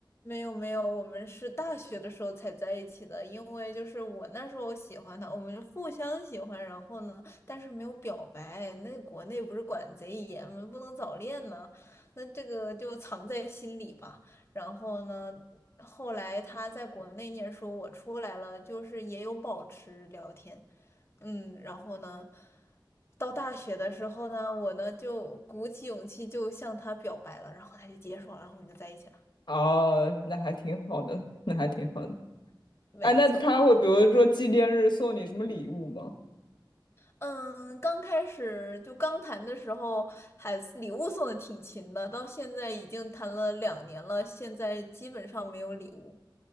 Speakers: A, on the left (about 30°); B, on the left (about 65°).
A: 没有没有，我们是大学的时候才在一起的，因为就是我那时候喜欢他，我们互相喜欢，然后呢，但是没有表白。那国内不是管贼严吗？不能早恋呢，那这个就藏在心里吧。然后呢，后来他在国内念书，我出来了，就是也有保持聊天，嗯，然后呢，到大学的时候呢，我呢就鼓起勇气就向他表白了，然后他就接受了，然后我们就在一起了。
B: 哦，那还挺好的，那还挺好的。
A: 没错。
B: 哎，那他会比如说纪念日送你什么礼物吗？
A: 嗯，刚开始就刚谈的时候，还礼物送的挺勤的，到现在已经谈了两年了，现在基本上没有礼物